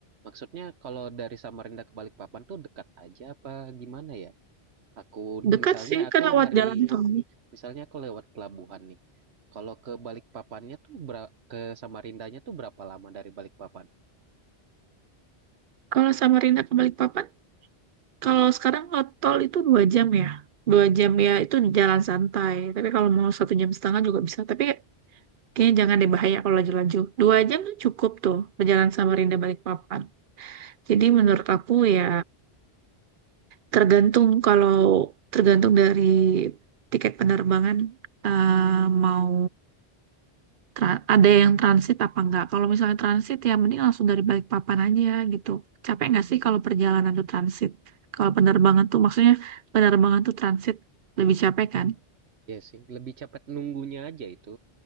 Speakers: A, on the right; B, on the right.
A: Maksudnya kalau dari Samarinda ke Balikpapan tuh dekat aja apa gimana ya? Aku
B: dekat
A: misalnya
B: sih
A: aku
B: kan lewat
A: dari
B: jalan tol.
A: misalnya aku lewat pelabuhan nih. Kalau ke Balikpapannya tuh bera- ke Samarindanya tuh berapa lama dari Balikpapan?
B: Kalau Samarinda ke Balikpapan, kalau sekarang kalau tol itu dua jam ya, dua jam ya itu jalan santai. Tapi kalau mau satu jam setengah juga bisa. Tapi kayaknya jangan deh bahaya kalau laju-laju. Dua jam tuh cukup tuh perjalanan Samarinda Balikpapan. Jadi menurut aku ya tergantung kalau tergantung dari tiket penerbangan eh, mau tra- ada yang transit apa enggak. Kalau misalnya transit ya mending langsung dari Balikpapan aja gitu. Capek nggak sih kalau perjalanan tuh transit? Kalau penerbangan tuh maksudnya penerbangan tuh transit lebih capek kan?
A: Ya sih, lebih cepet nunggunya aja itu.